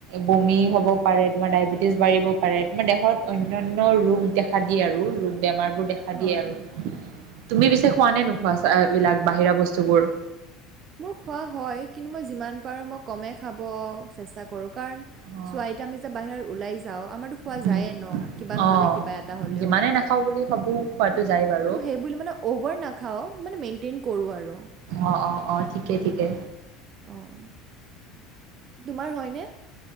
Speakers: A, on the right; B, on the right.
A: বমি হ'ব পাৰে, তোমাৰ ডায়বেটিছ বাঢ়িব পাৰে, তোমাৰ দেহত অন্যান্য ৰোগ দেখা দিয়ে আৰু। বেমাৰবোৰ দেখা
B: হয়
A: দিয়ে আৰু। তুমি
B: হয়
A: পিছে খোৱা নে নোখোৱা এই বিলাক বাহিৰা বস্তুবোৰ?
B: মোৰ খোৱা হয় কিন্তু মই যিমান পাৰোঁ মই কমেই খাব চেষ্টা কৰোঁ। কাৰণ-
A: অ
B: চোৱা এতিয়া আমি যে বাহিৰত ওলাই যাওঁ আমাৰতো খোৱা যায়েই
A: উম
B: ন' কিবা
A: অঁ
B: নহ'লে কিবা এটা হ'লেও।
A: যিমানে নাখাওঁ বুলি
B: ত'
A: ভাবো খোৱাটো যায় বাৰু
B: তো সেইবুলি মানে অ'ভাৰ নাখাওঁ মানে মেইনটেইন কৰোঁ আৰু।
A: অঁ', -অঁ', - অঁ', -ঠিকে-ঠিকে।
B: অঁহ', তোমাৰ হয় নে?